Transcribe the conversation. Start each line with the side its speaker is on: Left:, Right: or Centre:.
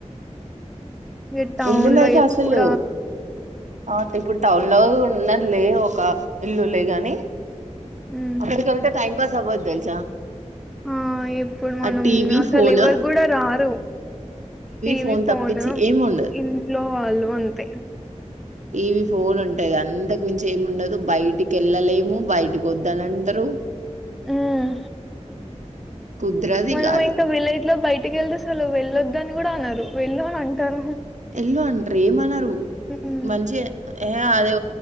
Centre: ఏ టౌన్
Right: ఇందులో
Centre: లో
Right: అయితే
Centre: ఎప్పుడ
Right: అసలు ఆ ఇప్పుడు టౌన్ లో ఉన్నలే ఒక ఇల్లు లే గాని
Centre: ఉమ్
Right: అక్కడీకి వెళ్తే టైమ్పాస్ అవ్వదు తెలుసా
Centre: ఆ ఇప్పుడు మనం
Right: ఆ టీవీ
Centre: అసలు
Right: ఫోన్
Centre: ఎవరు కూడా రారు టీవీ
Right: ఫోన్
Centre: ఫోను
Right: తప్పించి ఏమి ఉండదు
Centre: ఇంట్లో వాళ్ళు అంతే
Right: టీవీ ఫోన్ ఉంటాది అంతకు మించి ఏమి ఉండదు బయటికి వెళ్ళలేము బయటికి వద్దు దనంతరూ
Centre: ఉమ్
Right: కుదరదు
Centre: మనం
Right: ఇగ అది
Centre: ఇంకా విలేజ్ లో బయటకి వెళ్తే అసలు వెళ్ళొదు అని కూడా అన్నారు వెళ్ళు అని అంటారు
Right: ఎల్లు అంటారు ఏమన్నారు
Centre: ఉమ్
Right: మంచి అదే